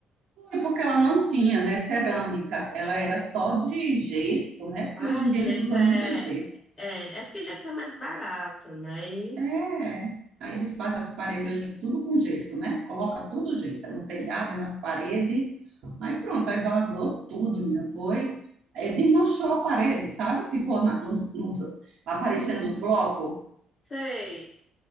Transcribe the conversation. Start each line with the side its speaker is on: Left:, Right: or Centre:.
Right: Foi porque ela não tinha, né, cerâmica. Ela era só de gesso, né? Porque
Left: Ah,
Right: hoje em
Left: gesso
Right: dia eles usam
Left: é,
Right: muito gesso.
Left: é... É porque gesso é mais barato, né? E
Right: É. Aí eles fazem as paredes hoje tudo com gesso, né? Coloca tudo gesso, é no telhado, é nas paredes. Aí pronto, aí vazou tudo, menina. Foi. É, desmanchou a parede, sabe? Ficou na- nos, nos- aparecendo os blocos.
Left: sei.